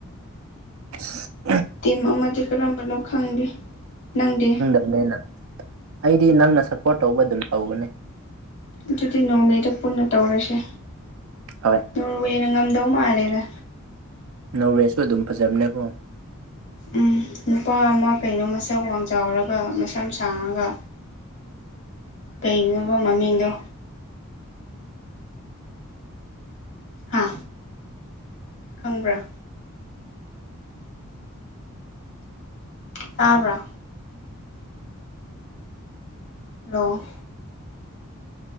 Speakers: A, on the right; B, on the left.
A: ꯁ
B: ꯇꯤꯝ ꯑꯃꯗꯤ ꯀꯔꯝꯕꯅꯣ ꯈꯪꯗꯦ ꯅꯪꯗꯤ꯫
A: ꯑꯗꯨꯗꯩꯩꯅ ꯑꯩꯗꯤ ꯅꯪꯅ ꯁꯞꯄꯣꯔꯠ ꯇꯧꯕ ꯑꯗꯨꯝ ꯇꯧꯒꯅꯤ꯫
B: ꯑꯗꯨꯗꯤ ꯅꯣꯔꯃꯦꯗ ꯄꯨꯟꯅ ꯇꯧꯔꯁꯦ
A: ꯍꯣꯏ
B: ꯅꯣꯔꯋꯦꯅ ꯉꯝꯗꯧ ꯃꯥꯜꯂꯦꯗ꯫
A: ꯅꯣꯔꯋꯦꯁꯨ ꯑꯗꯨꯝ ꯐꯖꯕꯅꯦ ꯀꯣ
B: ꯎꯝ ꯅꯨꯄꯥ ꯑꯃꯥ ꯀꯩꯅꯣ ꯃꯁꯥ ꯋꯥꯡ ꯆꯥꯎꯔꯒ ꯃꯁꯝ ꯁꯥꯡꯉꯒ ꯀꯩꯅꯣꯕ ꯃꯥꯃꯤꯡꯗꯣ ꯍꯥ ꯈꯪꯕ꯭ꯔꯥ ꯇꯥꯕ꯭ꯔꯥ ꯍꯜꯂꯣ